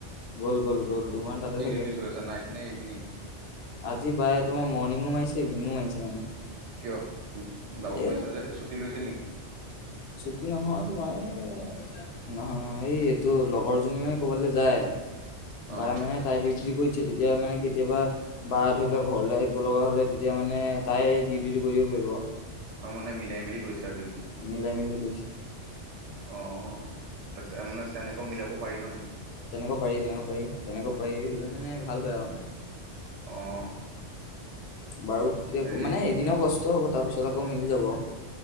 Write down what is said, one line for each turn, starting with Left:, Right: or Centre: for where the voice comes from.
Left: গ'ল গ'ল গ'ল তোমাৰ তাতে
Right: কি
Left: থাকে
Right: ডিউটি চলি আছে নাইট নে ইভিনিং
Left: আজি প্ৰায় তোমাৰ মৰ্ণিঙো মাৰিছে ইভিনিঙো মাৰিছে মানে
Right: কিয় ডাবুল
Left: এই
Right: মাৰিছ যে ছুটি লৈছিলি নেকি
Left: ছুটি নহয় তোমাৰ এয়া নহয় অ' এই এইটো লগৰ জনী মানে ক'ৰবালৈ যায়
Right: অ
Left: বাৰ মানে তাইৰ ডিউটিটো কৰি দিছে তেতিয়া মানে কেতিয়াবা বা ধৰি লোৱা ঘৰলৈ আহিব লগা হ'লে তেত তেতিয়া মানে তাই ডিউটিটো কৰি দিব পাৰিব
Right: অ' মানে মিলাই মিলি কৰিছে আৰু দুইটা
Left: মিলাই মেলি কৰিছে
Right: অ' তাতে মানে তেনেকে মিলাব পাৰি মানে
Left: তেনেকে পাৰি তেনেকে পাৰি তেনেকে পাৰি মানে ধৰি ল‌‌ মানে ভাল হয় আৰু
Right: অ'
Left: বাৰু
Right: হেৰি
Left: মানে এদিনৰ কষ্ট হ'ব তাৰ পিছত আকৌ মিলি যাব